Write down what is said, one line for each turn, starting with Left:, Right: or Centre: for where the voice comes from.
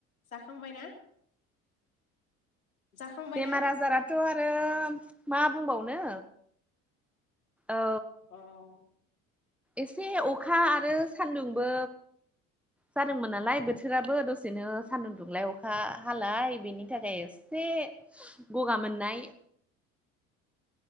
Left: जाखांबाय ना? जाखांबाय
Centre: बेमार
Left: ना
Centre: आजाराथ आरो मा बुंबावनो औ
Left: अ
Centre: एसे अखा आरो सान्दुंबो जादोंमोन नालाय बोथोराबो दसेनो सान्दुं दुंलाय अखा हालाय बेनि थाखाय एसे गगा मोननाय